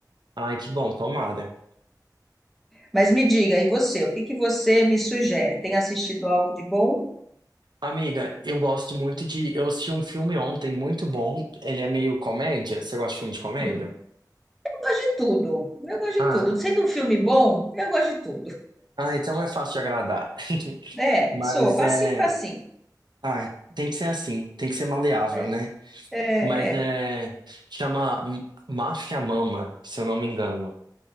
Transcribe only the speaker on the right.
Ai, que bom, tomada.
Amiga, eu gosto muito de. Eu assisti um filme ontem muito bom. Ele é meio comédia. Você gosta de filme de comédia?
Ah,
ah, então é fácil de agradar. <laughs>
Mas
é.
Ah, tem que ser assim, tem que ser maleável,
né?
Mas é.
Chama M- Máfia Mama, se eu não me engano.